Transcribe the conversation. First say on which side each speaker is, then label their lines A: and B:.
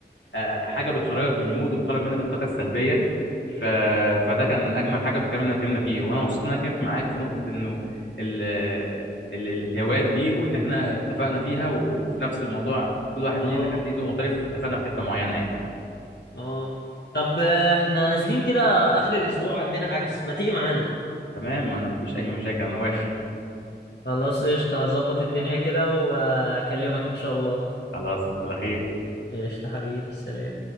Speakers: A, on the left (about 85°); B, on the left (about 65°).
A: آه، حاجه بتخرجك من المود وبتخرج منك الطاقه السلبيه ف... فده كان اجمل حاجه في الكلام اللي أنا اتكلمنا فيه وانا مبسوط ان انا اتكلمت معاك في نقطه انه ال... ال... ال- الهوايات دي وان احنا اتفقنا فيها وفي نفس الموضوع كل واحد ليه
B: اه
A: كان ليه ذوق مختلف واتفقنا في حته معينه يعني
B: اه طب آه، احنا نازلين كده اخر الاسبوع عندنا حجز ما تيجي معانا
A: تمام انا مفيش اي مشاكل انا واقف
B: خلاص قشطة هظبط الدنيا كده واكلمك ان شاء الله
A: <laughs> خلاص على خير
B: قشطة حبيبي سلام